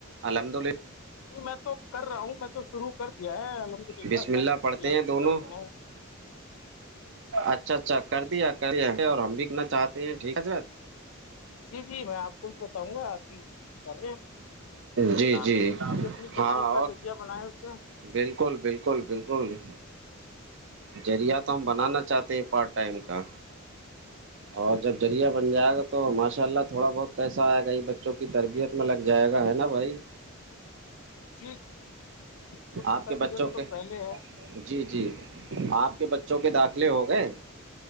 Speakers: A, on the right; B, on the left.
A: الحمد للہ
B: نہیں میں تو کر رہا ہوں میں تو شروع کر دیا ہے الحمد للہ
A: بسم
B: اللہ کے
A: پڑھتے
B: اللہ
A: ہیں
B: کا
A: دونوں
B: شکر ہے کہ میں
A: اچھا اچھا کر دیا کر دیا اور ہم بھی کرنا چاہتے ہیں ٹھیک ہےضر
B: جی جی میں آپ کو بھی بتاؤں گا آپ کی رہے ہیں
A: جی
B: اور آپ
A: جی
B: بھی اپنی کمائی
A: ہاں
B: کا
A: اور
B: ذریعہ بنائے ہوتے
A: بالکل بالکل بالکل ذریعہ تو ہم بنانا چاہتے ہیں پارٹ ٹائم کا اور جب جریہ بن جائے گا تو ماشاء اللہ تھوڑا بہت پیسہ آئے گا یہ بچوں کی تربیت اس میں لگ جائے گا ہے نا بھائی
B: جی جی جی بچوں کی
A: آپ
B: تربیت
A: کے بچوں
B: تو
A: کے
B: پہلے ہے
A: جی جی آپ کے بچوں کے داخلے ہو گئے